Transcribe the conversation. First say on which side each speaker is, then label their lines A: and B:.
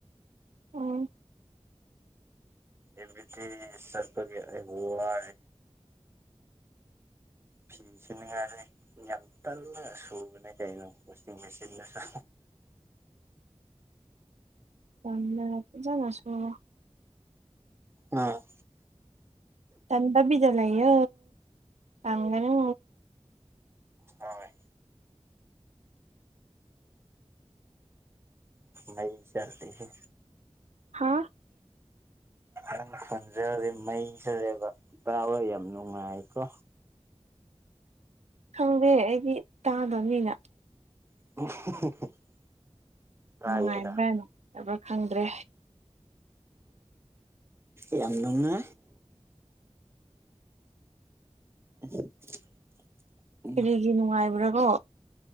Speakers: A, on the right; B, on the right.
A: ꯎꯝ
B: ꯑꯦ ꯗꯤ ꯁꯄ ꯋꯥ ꯐꯤ ꯌꯥꯔꯦ ꯌꯦꯇꯂ ꯁꯨꯅ ꯀꯣ ꯋꯥ ꯃꯦꯁꯤꯟ ꯁ
A: ꯊꯝꯅꯖꯁꯨꯣ
B: ꯎꯝ
A: ꯇꯥꯟꯗꯕꯤꯗ ꯂꯩꯌꯣ ꯇꯥꯟꯒꯅꯣ
B: ꯍꯣꯢ ꯃꯩ ꯆꯠꯂꯤꯍꯦ
A: ꯍꯥꯥ
B: ꯅꯪ ꯈꯣꯟꯖꯦꯜꯗꯣ ꯃꯩ ꯆꯠꯂꯦꯕ ꯇꯥꯕ ꯌꯥꯝ ꯅꯨꯡꯉꯥꯏꯀꯣ
A: ꯈꯪꯗꯦ ꯑꯩꯗꯤ ꯇꯥꯗꯕꯅꯤꯅ
B: <unintelligible> ꯇꯥꯒꯦꯔꯥ
A: ꯅꯨꯡꯉꯥꯏꯕ꯭ꯔꯥ ꯅꯨꯡꯉꯥꯏꯕ꯭ꯔꯥ ꯈꯪꯗ꯭ꯔꯦ
B: ꯌꯥꯝꯗꯅꯨꯡꯉ <unintelligible>
A: ꯀꯔꯤꯒꯤ ꯅꯨꯡꯉꯥꯏꯕ꯭ꯔꯥ ꯀꯣ